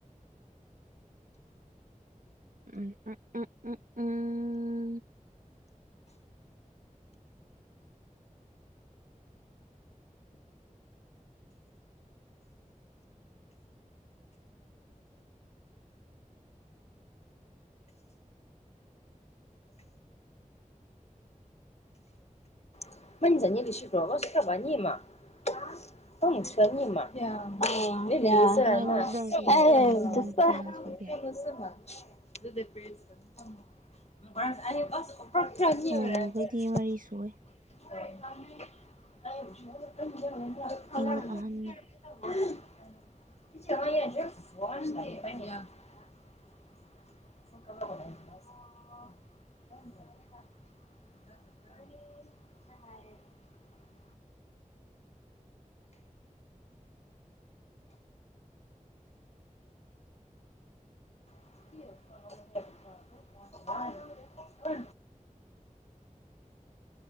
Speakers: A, on the right (about 75°); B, on the left (about 50°).
A: ꯎꯝ ꯎꯝ ꯎꯝ ꯎꯝ ꯎꯝ
B: <unintelligible> <unintelligible>
A: ꯅꯣꯏ
B: <unintelligible>
A: ꯅꯣꯏꯗꯤ ꯅꯆꯤꯟ ꯅꯅꯥꯎ ꯀꯌꯥ ꯁꯨꯒꯦ
B: <unintelligible> <unintelligible>
A: ꯑꯣ ꯑꯩꯈꯣꯏꯗꯤ ꯃꯔꯤ ꯁꯨꯑꯦ
B: <unintelligible>
A: ꯑꯩꯅ ꯑꯍꯟꯅꯦ
B: <unintelligible> <unintelligible> <unintelligible> <unintelligible>
A: <inaudible>